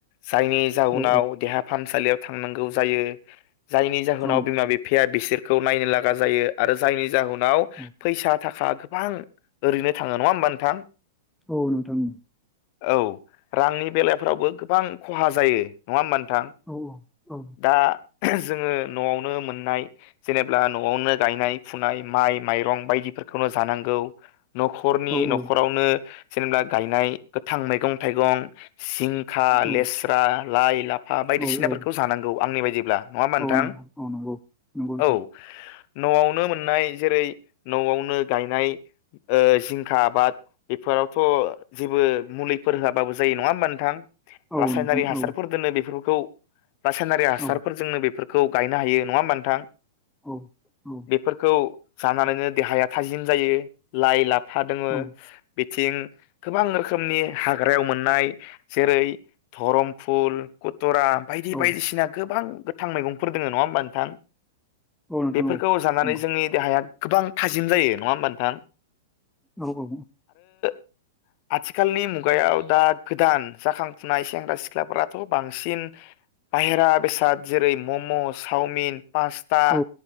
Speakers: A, on the left (about 50°); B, in the centre.
A: जायनि जाउनाव
B: औ
A: देहा फाहामसालियाव थांनांगौ जायो जायनि जाहोनाव
B: औ
A: बिमा बिफाया बिसोरखौ नायनो लागा जायो आरो जायनि जाहोनाव
B: औ
A: फैसा थाखा गोबां ओरैनो थांङो नङा होमबा नोंथां
B: औ नोंथां उम
A: औ रांनि बेलाफोरावबो गोबां खहा जायो नंङा होमबा नों नोंथां
B: औ औ
A: दा जोंङो न'आवनो मोननाय जेनेब्ला न'आवनो गायनाय फुनाय माइ माइरं बायदिफोरखौनो जानांगौ न'खरनि
B: औ
A: न'खरावनो जेनेबा गायनाय गोथां मैगं थाइगं जिंखा
B: औ
A: लेस्रा लाइ लाफा बायदिसिनाफोरखौ
B: औ औ
A: जानांगौ आंनि बायदिब्ला । नंङा होमबा नोंथां
B: औ नंगौ औ नंगौ नंगौ नोंथां
A: औ न'आवनो मोन नाय जेरै न'आवनो गायनाय जिंखा आबाद बेफोरावथ' जेबो मुलिफोर होआबाबो जायो नंङा होमबा नोंथां
B: औ
A: रासायनारि
B: नोंथां
A: हासारफोर
B: औ
A: दोनो बेफोरखौ रासायनारि हासारफोरजोंनो
B: औ
A: बेफोर खौ गायनो हायो नङा होमबा नोंथां
B: औ औ
A: फोरखौ जानानैनो देहाया थाजिम जायो लाइ ला फा दोङो
B: औ
A: बिथिं गोबां रोखोमनि हाग्रायाव मोननाय जेरै धरम फुल थरा बायदि
B: औ
A: बायदिसिना गोबां गोथां मैगंफोर दोङो नङा होमबा नोंथां
B: औ नोंथां
A: बेफोरखौ
B: औ
A: जानानै
B: नंगौ
A: जोंनि देहाया गोबां थाजिम जायो नंङा होमबा नोंथां
B: औ औ औ
A: <inaudible> आथिखालनि मुगायाव दा गोदान जाखांफुनाय सेंग्रा सिख्लाफोराथ' बांसिन बाहेरा बेसाद जेरै मम' चावमिन पास्ता
B: औ